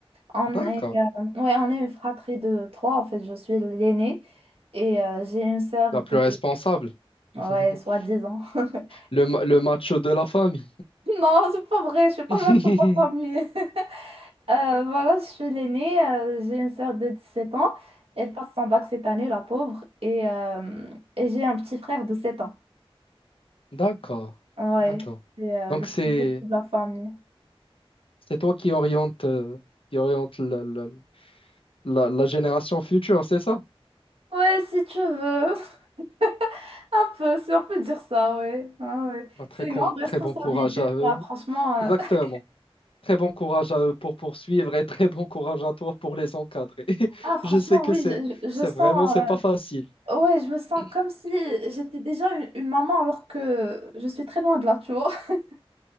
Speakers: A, on the right; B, on the left.
A: on
B: d'accord,
A: est, euh, ouais, on est une fratrie de trois, en fait, je suis l'aînée, et euh, j'ai une sœur
B: la
A: de,
B: plus responsable,
A: ouais,
B: <laughs>
A: soi-disant. <laughs>
B: le, ma- le macho de la famille.
A: Non, c'est pas vrai, je suis pas
B: <laughs>
A: votre propre famille. <laughs> Euh, voilà, je suis l'aînée, euh, j'ai une sœur de 17 ans, elle passe son bac cette année, la pauvre, et, euh, et j'ai un petit frère de 7 ans.
B: D'accord,
A: Ouais,
B: d'accord.
A: c'est euh,
B: Donc
A: le
B: c'est
A: petit chouchou de la famille.
B: c'est toi qui oriente euh, qui oriente la le- la, la génération future, c'est ça?
A: Ouais, si tu veux. <laughs> Un peu, si on peut dire ça, ouais. Ah, ouais.
B: Bah, très
A: C'est une
B: com-
A: grande responsabilité,
B: très bon courage à eux.
A: ça,
B: <laughs>
A: franchement.
B: Exactement.
A: euh. <laughs>
B: Très bon courage à eux pour poursuivre et très bon courage à toi pour les encadrer. <laughs>
A: Ah, franchement,
B: Je sais que
A: oui,
B: c'est
A: je, je- je
B: c'est
A: sens.
B: vraiment
A: euh,
B: c'est pas facile.
A: Ouais, je me sens
B: <clears throat>
A: comme si j'étais déjà une, une maman alors que je suis très loin de là, tu vois. <laughs>